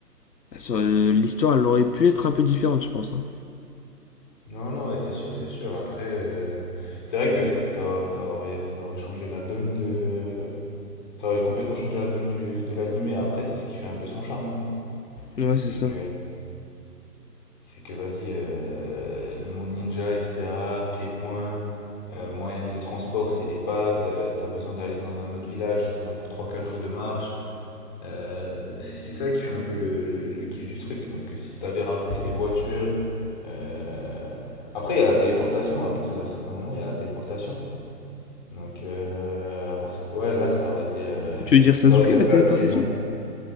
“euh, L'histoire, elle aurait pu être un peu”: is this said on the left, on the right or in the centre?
Left